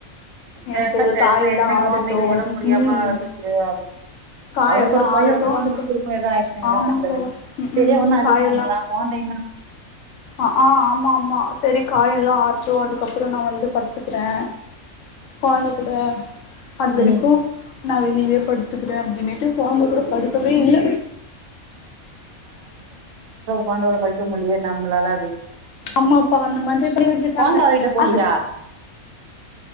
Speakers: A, on the left; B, on the right.
A: எனக்கு
B: லேசா <unintelligible> ஏற்க்னவே
A: காயெல்லா ஆறட்டு
B: கொழ்ந்தைக்கு ஒடம் முடியாம
A: ம்
B: இருக்கு அப்டின்னு
A: காயெல்லா
B: அவுருக்கு ஒரு பைய
A: ஆறட்டு
B: போனது
A: அதுக்கு
B: திரும்ப எதா ஆய்ட்ச்சினா என்னா
A: ஆமாப்பா
B: பண்றது
A: ம்
B: பெரியவன்னா
A: ம்
B: அட்ஜஸ்
A: காயெல்லா
B: பண்ணிக்கலா கொழ்ந்தைன்னா
A: ஆ ஆ ஆமா ஆமா செரி காயோ எல்லா ஆற்ட்டு அதுக்கப்றோ நா வந்து பத்துக்கிறே கொழந்த கூட அது
B: ம்
A: வரைக்கு நா வெளியவே படுத்துக்கிறே அப்டின்னு ட்டு கொழந்த கூட படுக்கவே இல்ல
B: கொழ்ந்த கூட படுக்கவே முட்லயே நம்ளால அப்டின்
A: அம்மா அப்பா அந்த மாதிர் பண்ணி விட்டுட்டாங்க
B: கொழந்த அவர்கிட்ட போலியா
A: அது